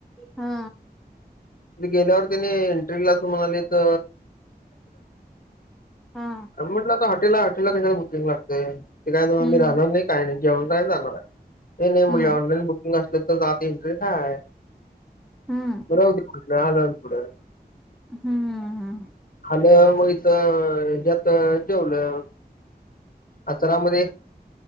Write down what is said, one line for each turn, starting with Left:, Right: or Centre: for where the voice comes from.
Centre: हा
Left: मी गेल्यावर त्याणी <unintelligible> म्हणालेत <unintelligible>
Centre: हा
Left: आंबटला का हट हॉटेल ला हॉटेल ला कशाला बुकिंग लागतय ते काय
Centre: हम्म
Left: मी राहणार नाही काय नाही जेवण काय जाणार आहे नाही ये नाही
Centre: हम्म
Left: मी ऑनलाईन बुक नसलं तर जात इंटरे हाय
Centre: हम्म
Left: राहू दे <unintelligible>
Centre: हम्म हम्म हम्मं
Left: आलं मगच होज्यात जेवलं अतरामध्ये